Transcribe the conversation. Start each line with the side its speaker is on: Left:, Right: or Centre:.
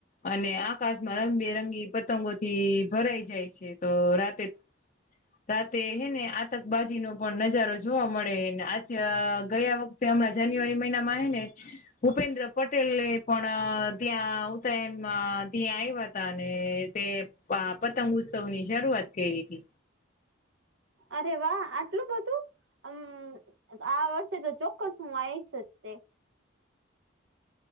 Left: અને આકાશમાં રંગબેરંગી પતંગોથી ભરાઈ જાય છે. તો રાતે રાતે હે ને આતકબાજી નો પણ નજારો જોવા મળે, ને <unintelligible> ગયા વખ તે હમણાં જાન્યુઆરી મહિનામાં હે ને ભૂપેન્દ્ર પટેલે પણ ત્યાં ઉત્તરાયણ માં ત્યાં આવ્યા હતા, ને તે પા પતંગ ઉત્સવ ની શરૂઆત કઈરી તી.
Right: અરે વાહ! આટલું બધું. અમ્મ આ વર્ષે તો ચોક્કસ હું આઈશ જ તે.